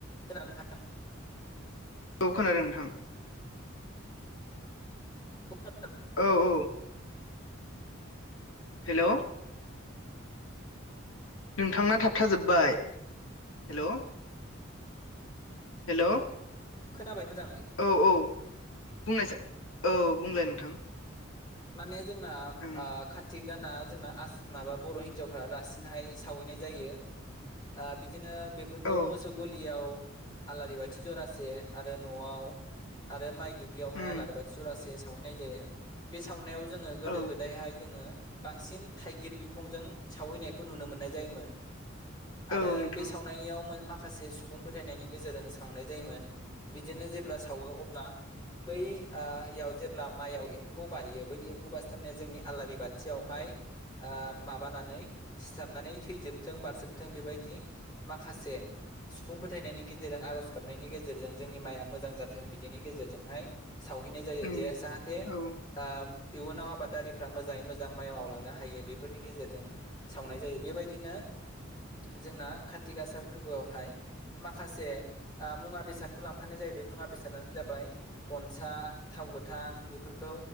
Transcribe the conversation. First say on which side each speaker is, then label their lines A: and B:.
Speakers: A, on the left; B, on the left.
A: खोनानोंथां।
B: औ खोनादों नोंथां।
A: <unintelligible>
B: औ औ हेलौ नोंथांना थाबथाजोबबाय हेलौ। हेल
A: खोनाबाय। मोजाङै
B: औ औ बुंनायसाय
A: ए
B: औ बुंलाय नोंथां।
A: माने जोंना
B: ओं
A: आं कातिक दाना जोंना आस माबा बर हिनजावफ्रा रासिनहाय सावैनाय जायो। आ बिदिनो बेफोरखौ
B: औ
A: मोसौ गलियाव आलारि बाथि जरासे आरो नआव आरो माइ दुब्लियावहाय
B: उम
A: आलारि बाथि जरासे सावैनाय जायो बे सावनायाव जोङो गोदो
B: औ
A: गोदायहाय जोङो बांसिन थाइगिर बिखंजों सावैनायखौ नुनो मोननाय जायोमोन। आरो
B: औ नोंथां
A: बे सावनायाव
B: औ
A: मो माखासे सुबुं फोथायनायनि गेजेरजों सावनाय जायोमोन। बिदिनो जेब्ला सावो अब्ला बै आ याव जेब्ला माइयाव म्फौ बायो बै एम्फौ बासथाबनाया जोंनि आलारि बाथियावहाय आ माबानानै सिथाबनानै थैजोबथों बारसोमथों बेबायदि माखासे सुबुंफोद फोथायनायनि गेजेरजों आरज गाबनायनि गेजेरजों जोंनि माया मोजां जाथों बिदिनि गेजेरजोंहाय सावहैनाय जायो
B: उम
A: जे जाहाथे
B: औ उम
A: आ इयुनाव आबादारिफ्रा मोजाङै मोजां माइ मावलांनो हायो बेफोरनि गेजेरजों सावनाय जायो बेबाय दिनो। जोंना कातिक आसार फोरबोआवहाय माखासे ओ मुवा बेसादखौ लांफानाय जायो। बे मुवा बेसादानो जाबाय गनसा थाव गोथां बेफोरखौ